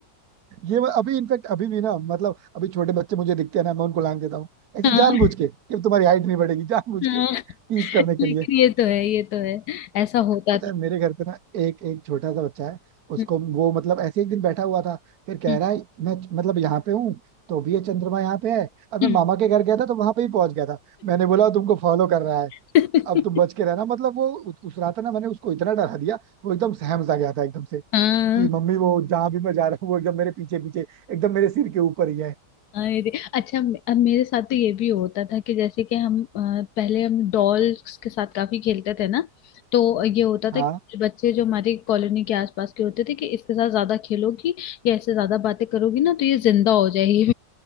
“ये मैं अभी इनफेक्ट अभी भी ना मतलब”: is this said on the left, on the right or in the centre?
Right